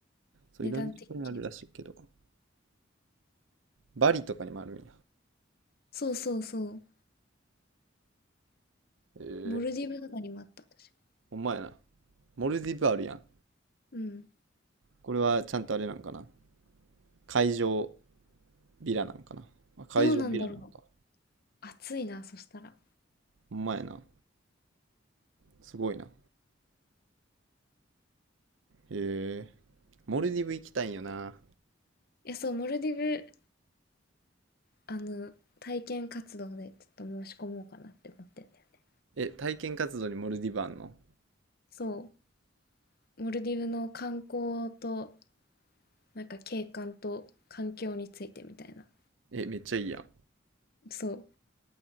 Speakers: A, on the right; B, on the left.
A: そう、
B: 値段的には。
A: いろんなところにあるらしいけど。バリとかにもあるんや。
B: そうそうそう。
A: ええー
B: モルディブとかにもあった、私。
A: ほんまやな。モルディブあるやん。
B: うん。
A: これはちゃんとあれなんかな。会場ビラなんかな。あ会場ビラなんか。
B: どうなんだろう。暑いな、そしたら。
A: ほんまやな。すごいな。へえ。モルディブ行きたいんよな。
B: え、そう、モルディブ、あの、体験活動でちょっと申し込もうかなって思ってんだよね。
A: え、体験活動にモルディブあんの
B: そう。モルディブの観光と、なんか景観と環境についてみたいな。
A: え、めっちゃいいやん。
B: そう。